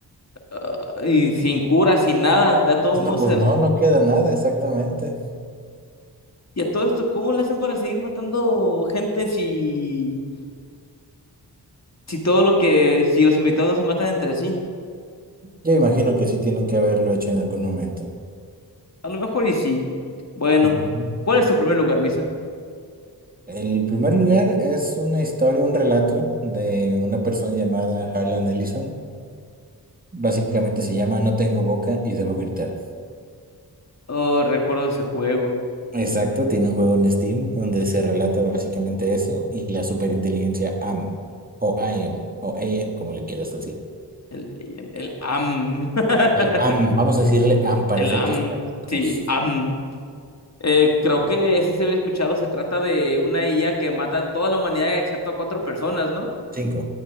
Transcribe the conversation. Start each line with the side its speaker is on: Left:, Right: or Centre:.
Left: Ah, y sin cura, sin nada. Ya todo el mundo
Right: No, pues
Left: se.
Right: no, no queda nada exactamente.
Left: Y a todo esto, ¿cómo le hacen para seguir matando gente si, si todo lo que. Si los infectados no se matan entre sí?
Right: Yo imagino que sí tienen que haberlo hecho en algún momento.
Left: A lo mejor y sí. Bueno,
Right: Ujú.
Left: ¿cuál es tu primer lugar, Misa?
Right: El primer lugar es una historia, un relato de una persona llamada Harlan Ellison Básicamente se llama No tengo boca y debo gritar.
Left: Oh, recuerdo ese juego.
Right: Exacto, tiene un juego en Steam donde se relata básicamente eso y la superinteligencia AM o AM o AM, como le quieras decir.
Left: El, el AM. <laughs>
Right: El AM, vamos a decirle AM para
Left: El
Right: efectos
Left: AM.
Right: prácticos.
Left: Sí, AM. Eh, creo que ese sí había escuchado, se trata de una IA que mata a toda la humanidad excepto a cuatro personas, ¿no?
Right: Cinco.